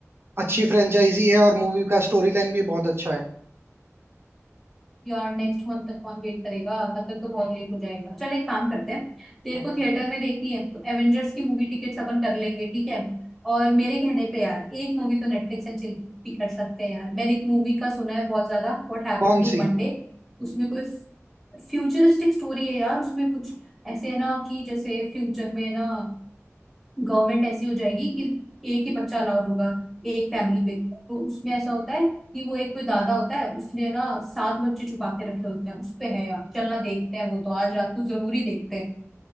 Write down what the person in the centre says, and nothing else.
यार नेक्स्ट मंथ तक कौन वेट करेगा तब तक तो बहुत लेट हो जाएगा चल एक काम करते हैं तेरे
को थिएटर में देखनी है तो एवेंजर्स की मूवी टिकट्स अपन कर लेंगे ठीक है और मेरे कहने पे यार एक मूवी तो नेटफ्लिक्स एंड चिल भी कर सकते हैं यार मैंने एक मूवी का सुना है बहुत ज्यादा व्हाट हैपेंड
टू
मंडे उसमें कोई फ्यूचरिस्टिक स्टोरी है यार उसमें कुछ ऐसे है ना कि जैसे फ्यूचर में है ना गवर्नमेंट ऐसी हो जाएगी कि एक ही बच्चा अलाउड होगा एक फैमिली पे तो उसमें ऐसा होता है कि वो एक कोई दादा होता है उसने ना सात बच्चे छुपा के रखे होते हैं उस पे है यार चलना देखते हैं वो तो आज रात को जरूरी देखते हैं